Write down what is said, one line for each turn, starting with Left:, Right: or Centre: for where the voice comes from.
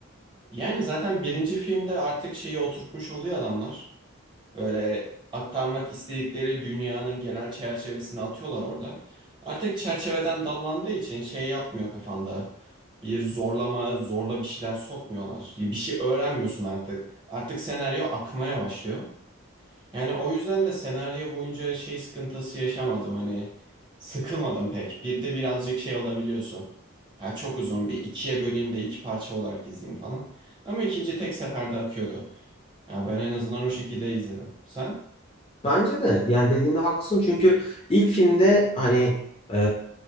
Right: Yani zaten birinci filmde artık şeyi oturtmuş oluyor adamlar. Böyle aktarmak istedikleri dünyanın genel çerçevesini atıyorlar orada. Artık çerçeveden dallandığı için şey yapmıyor kafanda. Bir zorlama, zorla bir şeyler sokmuyorlar. Bir şey öğrenmiyorsun artık. Artık senaryo akmaya başlıyor. Yani o yüzden de senaryo boyunca şey sıkıntısı yaşamadım hani sıkılmadım pek. Bir de birazcık şey olabiliyorsun. Ha çok uzun bir ikiye böleyim de iki parça olarak izleyeyim falan. Ama ikinci tek seferde akıyordu. Ya ben en azından o şekilde izledim. Sen?
Left: Bence de yani dediğinde haklısın çünkü ilk filmde hani e,